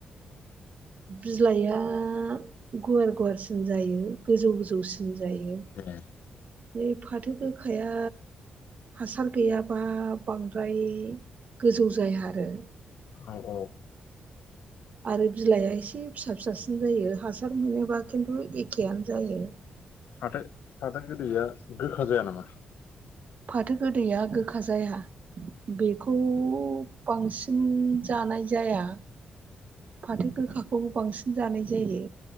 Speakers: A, on the right (about 55°); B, on the left (about 80°).
A: बिलाइआ गुवार गुवारसिन जायो गोजौ गोजौसिन। जायो
B: ए
A: नै फाथो गोखाया हासार गैयाब्ला बांद्राय गोजौ जाया आरो
B: औ औ
A: आरो बिलाइआ एसे फिसा फिसासिन जायो हासार मोनोबा खिन्थु एखेआनो जायो।
B: फाथो फाथो गोदैया गोखा जाया नामा?
A: फाथो गोदैया गोखा जाया बेखौ बांसिन जानाय जा जाया। फाथो गोखाखौबो बांसिन जानाय जायो